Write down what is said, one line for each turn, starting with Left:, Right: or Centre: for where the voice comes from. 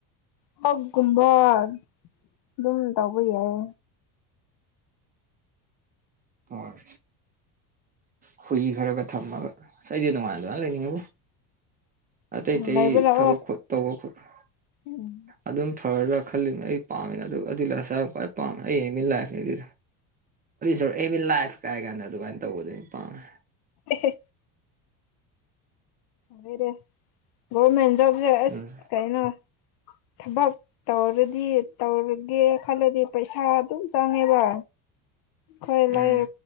Left: ꯍꯧ ꯀꯨꯝꯕꯜ ꯑꯗꯨꯝ ꯇꯧꯕ ꯌꯥꯦ
Right: ꯍꯣꯏ ꯍꯨꯏ ꯈꯔꯒ ꯊꯝꯃꯒ ꯁꯩ ꯑꯗꯨ ꯃꯥꯉ ꯑꯗꯨ ꯃꯥ ꯂꯩꯅꯤꯡꯉꯕꯨ ꯑꯇꯩ ꯑꯇꯩ
Left: ꯂꯩꯕ ꯂꯥꯛꯑꯣ
Right: ꯊꯕꯛꯣ ꯇꯧꯕ ꯈꯣꯠꯄ
Left: ꯎꯝ
Right: ꯑꯗꯨꯝ ꯐꯔ ꯈꯜꯂꯤꯕꯅ ꯑꯩ ꯄꯥꯝꯃꯦꯅ ꯑꯗꯨ ꯑꯗꯨ ꯂꯁ ꯈ꯭ꯋꯥꯏ ꯄꯥꯝꯃꯦ ꯑꯩ ꯃꯤꯟ ꯂꯥꯏꯐꯅꯤ ꯑꯗꯨꯗꯤ ꯑꯣ ꯑ ꯏꯟ ꯂꯥꯏꯐ ꯀꯥꯏ ꯀꯥꯟꯗ ꯑꯗꯨꯃꯥꯏꯅ ꯇꯧꯕꯗꯩꯅ ꯄꯥꯝꯃꯦ
Left: ꯍ ꯂꯩꯔꯦ ꯒꯣꯔꯃꯦꯟ ꯖꯣꯕꯁꯦ ꯑꯁ
Right: ꯎꯝ
Left: ꯀꯩꯅꯣ ꯊꯕꯛ ꯇꯧꯔꯗꯤ ꯇꯧꯔꯒꯦ ꯈꯜꯂꯗꯤ ꯄꯩꯁꯥꯗꯨꯣ ꯆꯉꯦꯕ ꯀꯣꯏ
Right: ꯎꯝ
Left: ꯂꯩ